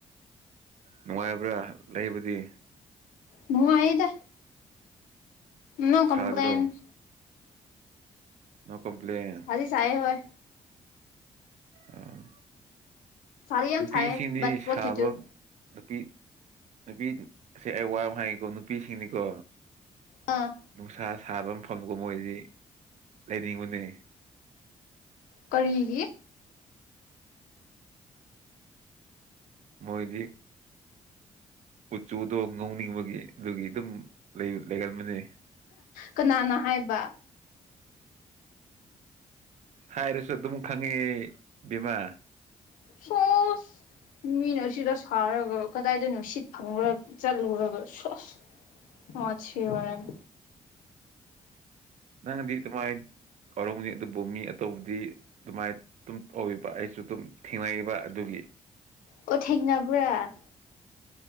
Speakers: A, on the right; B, on the left.
A: ꯅꯨꯡꯉꯥꯏꯕ꯭ꯔꯥ ꯂꯩꯕꯨꯗꯤ
B: ꯅꯨꯉꯥꯏꯌꯦꯗ ꯅꯣ ꯀꯝꯄ꯭ꯂꯦꯟ
A: ꯁꯥꯗ꯭ꯔꯣ ꯅꯣ ꯀꯝꯄ꯭ꯂꯦꯟ
B: ꯁꯥꯗꯤ ꯁꯥꯢꯌꯦ ꯍꯣꯏ
A: ꯎꯝ
B: ꯁꯥꯗꯤ ꯌꯥꯝ
A: ꯅꯨꯄꯤꯁꯤꯡꯗꯤ
B: ꯁꯥꯏꯌꯦ ꯕꯠ
A: ꯁꯥꯕ
B: ꯋꯥꯠ ꯇꯨ ꯗꯨ
A: ꯅꯨꯄꯤ ꯅꯨꯄꯤ ꯁꯦ ꯑꯩ ꯋꯥꯑꯃ ꯍꯥꯏꯒꯦꯀꯣ ꯅꯨꯄꯤꯁꯤꯡꯗꯤꯀꯣ
B: ꯑꯥ
A: ꯅꯨꯡꯁꯥ ꯁꯥꯕ ꯃꯐꯝꯗ ꯃꯣꯏꯗꯤ ꯂꯩꯅꯤꯡꯕꯅꯦ
B: ꯀꯔꯤꯒꯤ
A: ꯃꯣꯏꯗꯤ ꯀꯨꯆꯨꯗꯣ ꯉꯧꯅꯤꯡꯕꯒꯤ ꯑꯗꯨꯒꯤ ꯑꯗꯨꯝ ꯂꯩꯒꯟꯕꯅꯦ
B: ꯀꯅꯥꯅ ꯍꯥꯏꯕ
A: ꯍꯥꯏꯔꯁꯨ ꯑꯗꯨꯝ ꯈꯪꯉꯦ ꯕꯦꯝꯃꯥ
B: <unintelligible> ꯃꯤꯅ ꯑꯁꯤꯗ ꯁꯥꯔꯒ ꯀꯗꯥꯏꯗ ꯅꯨꯡꯁꯤꯠ ꯐꯪꯔ ꯆꯠꯂꯨꯔꯒ ꯁꯁ ꯋꯥꯊꯤ ꯋꯥꯔꯦꯝ
A: ꯅꯪꯗꯤ ꯀꯃꯥꯏꯅ ꯇꯧꯔꯝꯒꯅꯤ ꯑꯗꯨꯕꯨ ꯃꯤ ꯑꯇꯣꯞꯄꯗꯤ ꯑꯗꯨꯃꯥꯏꯅ ꯑꯗꯨꯝ ꯇꯧꯕ ꯑꯩꯁꯨ ꯑꯗꯨꯝ ꯊꯦꯡꯅꯕ ꯑꯗꯨꯒꯤ
B: ꯑꯣ ꯊꯦꯡꯅꯕ꯭ꯔꯥ